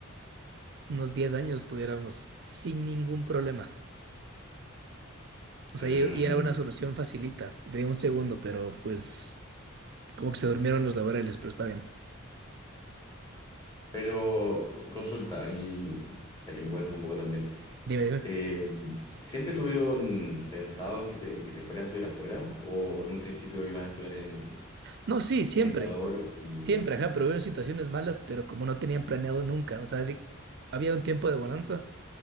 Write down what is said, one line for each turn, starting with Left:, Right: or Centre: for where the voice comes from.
Right: unos 10 años, estuviéramos sin ningún problema. O
Left: Mm,
Right: sea, y, y era una solución facilita, de un segundo, pero pues como que se durmieron los laborales, pero está bien.
Left: pero consulta, ahí para que me cuentes un poco también.
Right: Dime, dime.
Left: Eh, si- ¿siempre tuvieron pensado en que te, en que te fueras a estudiar afuera? ¿O en un principio ibas a estudiar en,
Right: No, sí, siempre,
Left: en Ecuador? Y...
Right: siempre, ajá, pero hubieron situaciones malas, pero como no tenían planeado nunca, o sea, de- había un tiempo de bonanza